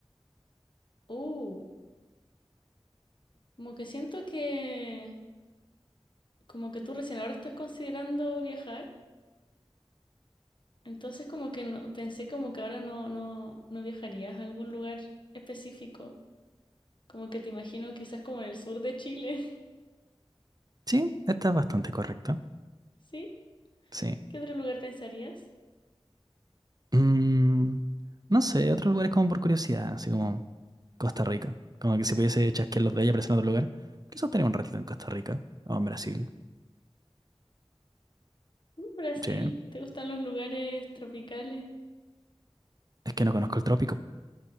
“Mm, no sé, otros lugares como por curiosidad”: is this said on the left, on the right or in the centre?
Right